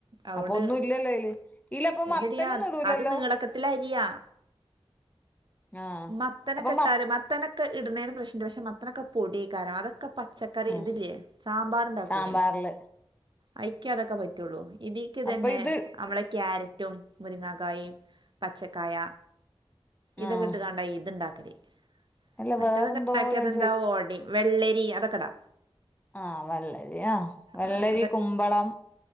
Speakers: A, on the right; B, on the left.
A: അവോണ്ട്
B: അപ്പൊ ഒന്നും ഇല്ലല്ലോ അയില് ഈലപ്പൊ
A: ഇല്ലെടിയാ
B: മത്തനൊന്നും
A: അത്
B: ഇടൂലല്ലോ
A: അത് നിങ്ങളക്കത്തിരിയാ
B: ആ
A: മത്തനെക്കോ
B: അപ്പൊ
A: ഇട്ടാല്
B: മ
A: മത്തനൊക്കെ ഇടുന്നേന് പ്രശ്നണ്ട് പക്ഷെ മത്തനൊക്കെപൊടിയേക്കാരം അതൊക്കെ ക്കെ പച്ചക്കറി
B: ആ
A: ഇതില്ലേ സാമ്പാർണ്ടാക്കൂല്ലേ
B: സാമ്പാറില്
A: അഴിക്കെ അതൊക്കെ പറ്റൊള്ളൂ ഇതിക്ക് ഇതന്നെ
B: അപ്പൊ ഇത്
A: നമ്മളെ ക്യാരറ്റും മുരിങ്ങാക്കായിം പച്ചക്കായ ഇതൊക്കെ
B: ആഹ്
A: ക്കിട്ട്ങ്ങാണ്ട ഈ ഇത്ണ്ടാക്കല്
B: അല്ല
A: മറ്റതൊക്കെ
B: വേറെന്തോ
A: ണ്ടാക്കിയ
B: ഞാൻ
A: ഇ വെന്താ ഒടിം വെള്ളരി അതൊക്കെടാ
B: ആഹഹ് വെള്ളരി ആഹ് വെള്ളരി
A: ആഹ് അത
B: കുമ്പളം